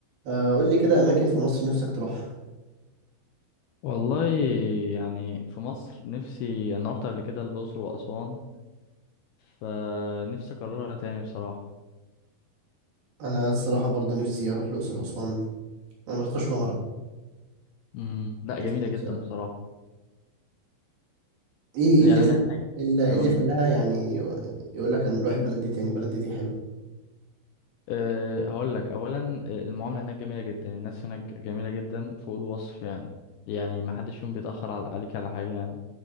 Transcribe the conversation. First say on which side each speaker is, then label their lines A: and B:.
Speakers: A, on the right (about 60°); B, on the left (about 75°).
A: آه، قول لي كده اماكن في مصر نفسك تروحها
B: والله يعني في مصر نفسي انا رحت قبل كده الاقصر واسوان فنفسي اكررها تاني بصراحه
A: انا الصراحه برضه نفسي اروح الاقصر واسوان انا ما رحتش ولا مره
B: امم لا
A: بس
B: جميله
A: نفسي
B: جدا
A: اروح
B: بصراحه
A: ايه ايه
B: يعني
A: اللي خل...
B: انا
A: إيه اللي
B: هقول
A: إيه اللي خلاها
B: لك
A: يعني يقول لك هنروح البلد دي تاني البلد دي, دي حلوه
B: أه هقول لك اولا المعامله هناك جميله جدا الناس هناك جميله جدا فوق الوصف يعني يعني ما حدش فيهم بيتاخر على عليك على حاجه يعني